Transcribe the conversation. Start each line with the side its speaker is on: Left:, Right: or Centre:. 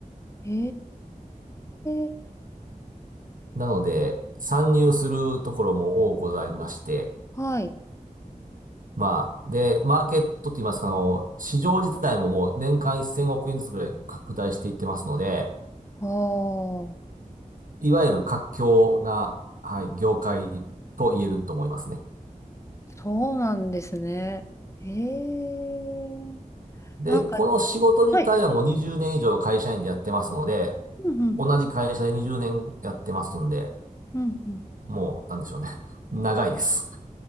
Left: へえ。
Right: なので、参入するところも多ございまして、
Left: はい。
Right: まあ、で、マーケットって言いますか、あの、市場自体ももう年間1000億円ずつぐらい拡大していってますので、
Left: ああ、
Right: いわゆる活況な、はい、業界と言えると思いますね。
Left: そうなんですね。へえ。
Right: で、
Left: なんか、
Right: この仕事自体はもう20年以上会社員でやってますので、
Left: はい。うん
Right: 同じ会社で20年やってますんで、
Left: うんうん。
Right: もう、なんでしょうね。<laughs> 長いです。